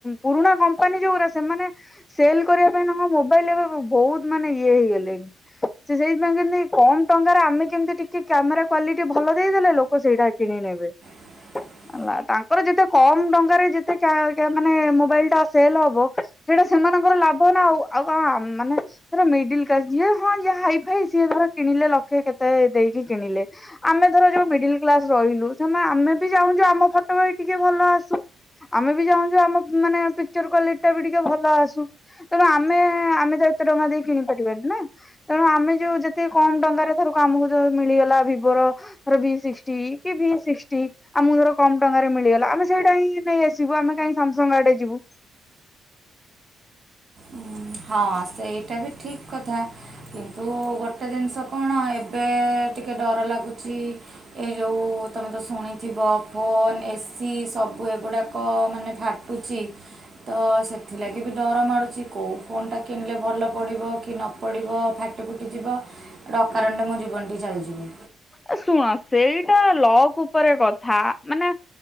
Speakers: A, on the left (about 15°); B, on the right (about 40°).
A: ପୁରୁଣା କମ୍ପାନୀ ଯୋଉରା ସେମାନେ ସେଲ କରିବା ପାଇଁ ତାଙ୍କ ମୋବାଇଲରେ <unintelligible> ଏବେ ବହୁତ ମାନେ ଇଏ ହେଇଗଲେଣି। ସେ ସେଇଥିପାଇଁ କେମତି କମ ଟଙ୍କାରେ ଆମେ କେମିତି ଟିକେ କ୍ୟାମେରା କ୍ଵାଲିଟି ଭଲ ଦେଇଦେଲେ ଲୋକ ସେଇଟା କିଣି ନେବେ।
B: <inaudible>
A: ହେଲା ତାଙ୍କର ଯେତେ କମ ଟଙ୍କାରେ ଯେତେ କ୍ୟା କ୍ୟା ମାନେ ମୋବାଇଲଟା ସେଲ ହବ ସେଇଟା ସେମାନଙ୍କର ଲାଭ ନା ଆଉ ଆଉ କଣ ଆମ ମାନେ ଧର ମିଡିଲ୍ କ୍ଲାସ ଝିଅ ହଁ ଯିଏ ହାଇ ଫାଇ ସିଏ ଧର କିଣିଲେ ଲକ୍ଷେ କେତେ ଦେଇକି କିଣିଲେ ଆମେ ଧର ଯୋଉ ମିଡିଲ କ୍ଲାସ ରହିଲୁ ସେମା ଆମେ ବି ଚାହୁଁଛୁ ଆମ ଫଟୋ ଭାଇ ଟିକେ ଭଲ ଆସୁ ଆମେ ବି ଚାହୁଁଛୁ ଆମ ମାନେ ପିକଚର କ୍ଵାଲିଟି ଟା ବି ଟିକେ ଭଲ ଆସୁ। ତେଣୁ ଆମେ ଆମେ ତ ଏତେ ଟଙ୍କା ଦେଇ କିଣି ପାରିବାନି ନା! ତେଣୁ ଆମେ ଯୋଉ ଯେତେ କମ ଟଙ୍କାରେ ଧରକୁ ଆମକୁ ଯୋଉ ମିଳିଗଲା ଭିବୋର ଧର ଭି ସିକ୍ସଟି କି ଭି ସିକ୍ସଟି ଆମକୁ ଧର କମ ଟଙ୍କାରେ ମିଳିଗଲା ଆମେ ସେଇଟା ହିଁ ନେଇ ଆସିବୁ ଆମେ କାହିଁ ସାମସଙ୍ଗ ଆଡେ ଯିବୁ।
B: ଉଁ, ହଁ ସେଇଟା ବି ଠିକ କଥା କିନ୍ତୁ ଗୋଟେ ଜିନିଷ କଣ ଏବେ ଟିକେ ଡର ଲାଗୁଚି। ଏ ଯୋଉ ତମେ ତ ଶୁଣିଥିବ ଫୋନ ଏସି ସବୁ ଏଗୁଡାକ ମାନେ ଫାଟ ଟୁଛି ତ ସେଥିଲାଗି ବି ଡର ମାଡ଼ୁଛି କୋଉ ଫୋନ୍ ଟା କିଣିଲେ ଭଲ ପଡ଼ିବ କି ନ ପଡ଼ିବ ଫା ଟି ଫୁଟି ଯିବ ହେଇଠୁ ଅକାରଣରେ ମୋ ଜୀବନଟି ଚାଲିଯିବ।
A: ଏ ଶୁଣ ସେଇଟା ଲକ୍ ଉପରେ କଥା ମାନେ